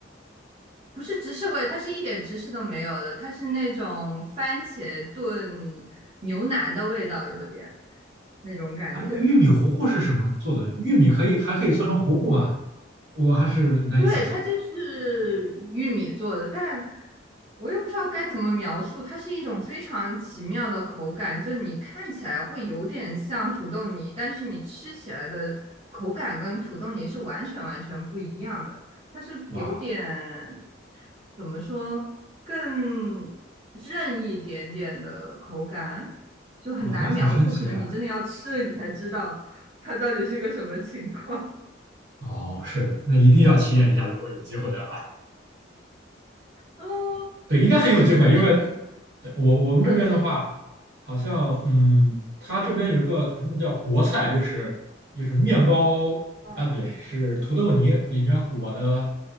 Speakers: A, on the right (about 30°); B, on the right (about 55°).
A: 不是芝士味，它是一点芝士都没有的，它是那种番茄炖牛腩的味道，有点那种感觉。
B: 它这个玉米糊糊是什么做的？玉米可以还可以做成糊糊吗？我还是难以想象的。
A: 对，它就是玉米做的，但我又不知道该怎么描述，它是一种非常奇妙的口感，就你看起来会有点像土豆泥，但是你吃起来的口感跟土豆泥是完全完全不一样的，它是有点，
B: 哇
A: 怎么说，更韧一点点的口感，就很难描述，
B: 哇，那很神奇啊！
A: 可能你真的要吃了你才知道它到底是个什么情况。<laughs>
B: 哦，是的，那一定要体验一下，如果有机会的话，
A: 哦，
B: 对，应该很有机会，
A: 那你们那边？
B: 因为对我我们这边的话。
A: 啊，你说你说，
B: 好像嗯，它这边有一个他们叫国菜，就是就是面包啊，
A: 哦
B: 不对，是土豆泥里面裹的，